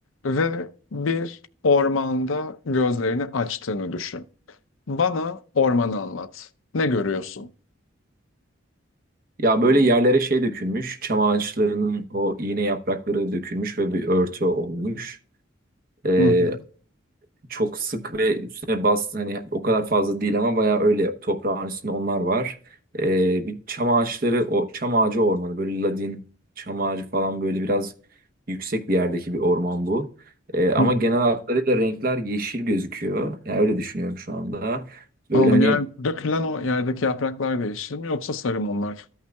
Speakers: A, on the left; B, on the right.
A: ve bir ormanda gözlerini açtığını düşün. Bana ormanı anlat. Ne görüyorsun?
B: Ya böyle yerlere şey dökülmüş. Çam ağaçlarının o iğne yaprakları dökülmüş ve bir örtü olmuş. Ee,
A: Hı hı.
B: çok sık ve üstüne bastı hani o kadar fazla değil ama bayağı öyle toprağın üstünde onlar var. Ee, bir çam ağaçları o çam ağacı ormanı böyle ladin çam ağacı falan böyle biraz yüksek bir yerdeki bir orman bu. Ee, ama
A: Hı hı.
B: genel hatlarıyla renkler yeşil gözüküyor. Yani öyle düşünüyorum şu anda. Böyle
A: Anladım.
B: hani
A: Yani dökülen o yerdeki yapraklar değişir mi yoksa sarı mı onlar?